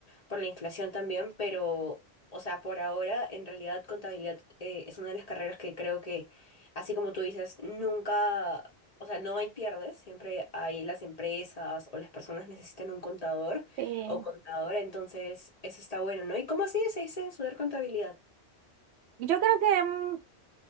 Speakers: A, on the left; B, on the right.
A: por la inflación también, pero, o sea, por ahora, en realidad, contabilidad eh, es una de las carreras que creo que, así como tú dices, nunca, o sea, no hay pierdes, siempre hay las empresas o las personas necesitan un contador
B: sí.
A: o contadora, entonces eso está bueno, ¿no? ¿Y cómo así se dice estudiar contabilidad?
B: Yo creo que mm,